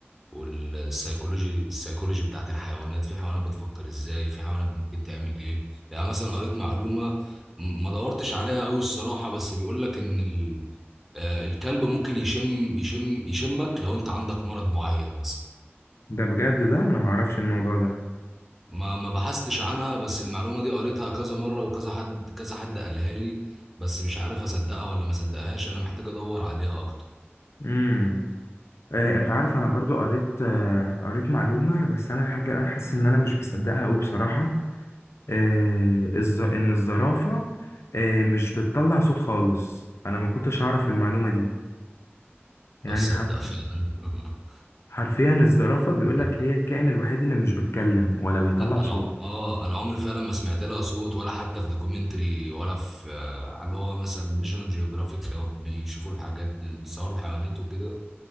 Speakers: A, in the centre; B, on the left.
A: والسيكولوجي السيكولوجي بتاعت الحيوانات في حيوانات بتفكر ازاي في حيوانات ممكن تعمل ايه يعني مثلا قريت معلومة م- ما دورتش عليها قوي الصراحة بس بيقول لك ان ال... آه، الكلب ممكن يشم يشم يشمك لو انت عندك مرض معين مثلا
B: ده بجد ده انا معرفش الموضوع ده
A: ما ما بحثتش عنها بس المعلومة دي قريتها كذا مرة وكذا حد كذا حد قالها لي بس مش عارف اصدقها ولا ما اصدقهاش انا محتاج ادور عليها اكتر
B: امم آه انت عارف انا برضو قريت آه قريت معلومة بس انا لحد الآن حاسس ان انا مش مصدقها قوي بصراحة آه الز... ان الزرافة آه مش بتطلع صوت خالص انا ما كنتش اعرف المعلومة دي يعني
A: او اصدق
B: حر...
A: فعلا <laughs>
B: حرفيا الزرافة بيقولك
A: ممكن.
B: هي الكائن الوحيد اللي مش بيتكلم ولا بيطلع
A: انا أنا-
B: صوت
A: اه انا عمري فعلا ما سمعت لها صوت ولا حتى في دوكيومنتري ولا في آه، على اللي هو مثلا ناشونال جيوغرافيك او بيشوفوا الحاجات اللي بيصوروا الحيوانات وكده